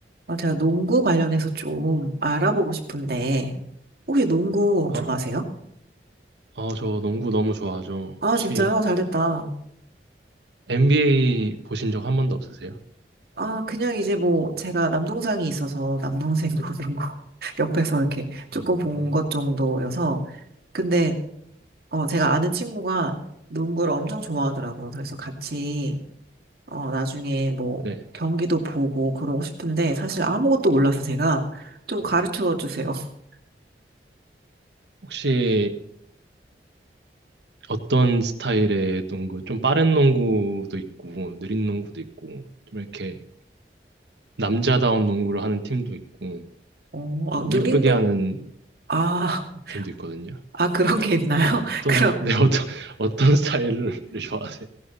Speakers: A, on the right (about 60°); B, on the right (about 75°).
A: 아, 제가 농구 관련해서 좀 알아보고 싶은데, 혹시 농구
B: 어,
A: 좋아하세요?
B: 어, 저 농구 너무 좋아하죠.
A: 아,
B: 혹시
A: 진짜요? 잘 됐다.
B: NBA 보신 적 한 번도 없으세요?
A: 아, 그냥 이제 뭐, 제가 남동생이 있어서 남동생 <laughs> 그런 거 옆에서 이렇게 조금
B: 어,
A: 본 것 정도여서, 근데, 어, 제가 아는 친구가 농구를 엄청 좋아하더라고요. 그래서 같이, 어, 나중에 뭐,
B: 네.
A: 경기도 보고 그러고 싶은데, 사실 아무것도 몰라서 제가 좀 가르쳐 주세요. <laughs>
B: 혹시 어떤 스타일의 농구? 좀 빠른 농구도 있고, 느린 농구도 있고, 좀 이렇게 남자다운 농구를 하는 팀도 있고,
A: 어,
B: 좀
A: 아, 누린
B: 예쁘게
A: 농,
B: 하는
A: 아,
B: 팀도 있거든요.
A: 아, 그런 게 있나요? <laughs>
B: 어떤,
A: 그럼
B: 네, 어떤, <laughs> 어떤 스타일을 좋아하세요?